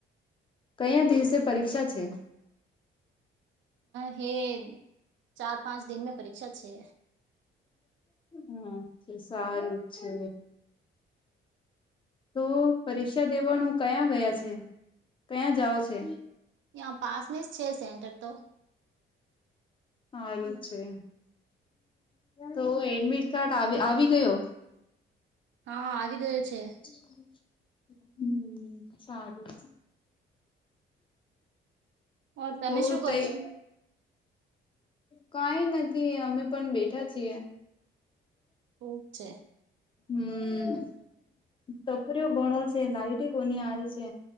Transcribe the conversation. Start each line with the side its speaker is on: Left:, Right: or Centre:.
Left: કયા દિવસે પરીક્ષા છે
Right: હ એ ચાર પાંચ દિન મે પરીક્ષા છે
Left: હમ સારું છે તો પરીક્ષા દેવાનું કયાં ગયા છે કયાં જાઓ છે
Right: યા પાસમેં જ છે સેન્ટર તો
Left: હારું છે તો એડમિટ કાર્ડ આવી ગયો
Right: હા આવી ગયો છે
Left: <inaudible> હમ સારું
Right: ઓર તમે
Left: હો
Right: શું કરો?
Left: તઈ કઈ નથી અમે પણ બેઠા છીએ
Right: ખુબ છે
Left: હમ તપરીઓ બણો છે લાઈટ કોની હારી છે